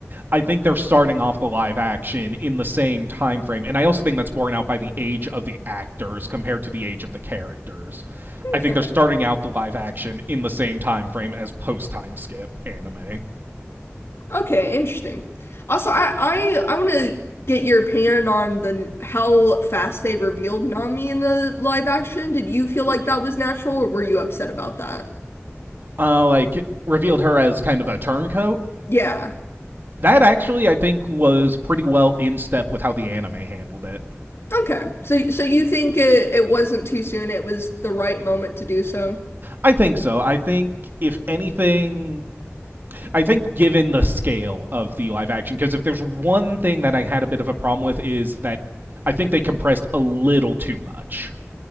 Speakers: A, on the right; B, on the left.
A: I think they're starting off the live action in the same time frame, and I also think that's borne out by the age of the actors compared to the age of the characters. I
B: Okay.
A: think they're starting out the live action in the same time frame as post time skip anime.
B: Okay, interesting. Also, I I I want to get your opinion on the how fast they revealed Nami in the live action. Did you feel like that was natural or were you upset about that?
A: Uh, like revealed her as kind of a turncoat.
B: Yeah.
A: That actually, I think, was pretty well in step with how the anime handled it.
B: Okay. So so you think it it wasn't too soon, it was the right moment to do so.
A: I think so. I think if anything, I think given the scale of the live action, because if there's one thing that I had a bit of a problem with is that I think they compressed a little too much.